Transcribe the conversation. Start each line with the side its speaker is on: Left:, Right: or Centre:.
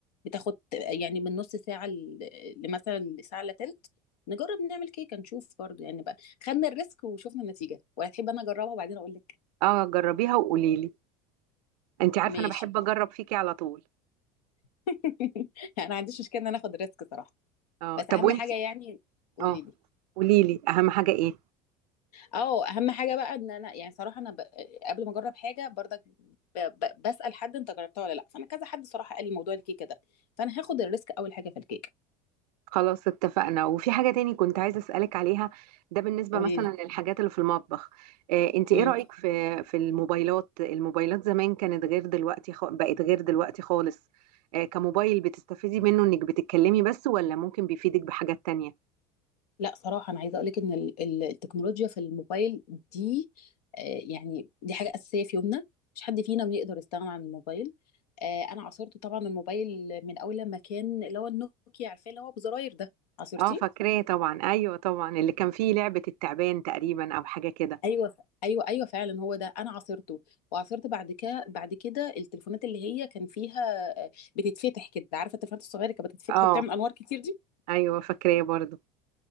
Left: بتاخد يعني من نص ساعه ل- لمثلا ساعه الا تلت نجرب نعمل كيكه نشوف برضو يعني بقى خدنا الريسك وشوفنا النتيجه ولا تحب انا اجربها وبعدين اقول لك
Right: اه جربيها وقولي لي انت عارفه
Left: ماشي
Right: انا بحب اجرب فيكي على طول
Left: <laughs> انا ما عنديش مشكله ان انا اخد الريسك صراحه
Right: اه
Left: بس
Right: طب
Left: اهم
Right: وانت
Left: حاجه يعني قولي
Right: اه
Left: لي.
Right: قولي لي اهم حاجه ايه
Left: اه اهم حاجه بقى ان انا يعني صراحه انا ب... قبل ما اجرب حاجه برضك ب... ب... بسال حد انت جربتها ولا لا فانا كذا حد صراحه قال لي موضوع الكيكه ده فانا هاخد الريسك اول حاجه في الكيكه
Right: خلاص اتفقنا وفي حاجة تاني كنت عايزة أسألك عليها ده بالنسبة
Left: قولي
Right: مثلا
Left: لي
Right: للحاجات اللي في المطبخ آه، انت ايه
Left: امم
Right: رأيك في في الموبايلات الموبايلات زمان كانت غير دلوقتي خ... بقت غير دلوقتي خالص آه، كموبايل بتستفيدي منه انك بتتكلمي بس ولا ممكن بيفيدك بحاجات تانية
Left: لا صراحه انا عايزه اقول لك ان ال... ال- التكنولوجيا في الموبايل دي آه، يعني دي حاجه اساسيه في يومنا مش حد فينا بيقدر يستغنى عن الموبايل آه، انا عاصرت طبعا الموبايل من اول لما كان اللي هو النوكيا عارفاه اللي هو بزراير ده عصرتي
Right: اه فاكراه طبعا ايوه طبعا اللي كان فيه لعبة التعبان تقريبا او حاجة كده
Left: ايوه ايوه ايوه فعلا هو ده انا عاصرته وعاصرت بعد كده بعد كده التليفونات اللي هي كان فيها آه، بتتفتح كده عارفه التليفونات الصغيره اللي كانت بتتفتح
Right: اه
Left: وبتعمل انوار كتير دي
Right: ايوه فاكراه برضه